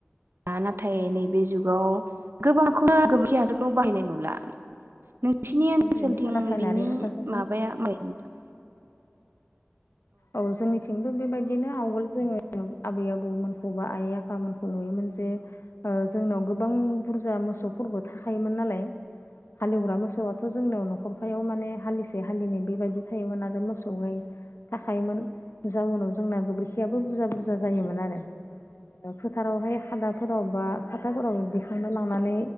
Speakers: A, on the right; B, on the left.
A: नाथाय नैबे जुगाव गोबां <unintelligible> गोबोरखि हाजारखौ बाहायनाय नुला नोंसिनि ओनसोलथिं
B: बाहायनो रासायनारि
A: बिनि
B: हासारखौनो
A: माबाया <unintelligible>
B: औ जोंनिथिंबो बेबायदिनो आवगोल जोङो <unintelligible> आबै आबौमोनखौ बा आइ आफामोनखौ नुयोमोन जे ओ जोंनाव गोबां बुरजा मोसौफोरबो
A: औ
B: थाखायोमोन नालाय हालेवग्रा मोसौआथ'
A: औ
B: जोंनियाव न' खरफायाव माने हालिसे हालिनै बेबायदि थायोमोन आगोल मोसौहाय थाखायोमोन जा उनाव जोंना गोबोरखियाबो बुरजा बुरजा जायोमोन आरो फोथारावहाय खादाफोराव बा खादाफोराव दिखांना लांनानै